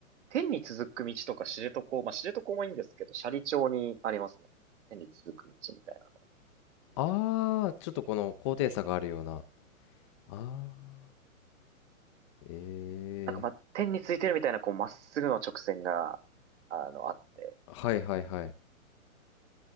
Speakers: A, on the right; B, on the left.
A: 天に続く道とか知床、まあ、知床もいいんですけど、斜里町にありますね。天に続く道みたいなの。
B: ああ、ちょっとこの高低差があるような。ああ。ええ
A: なんか、まあ、天についてるみたいな、こう、まっすぐの直線が、あの、あって、
B: ー。はいはいはい。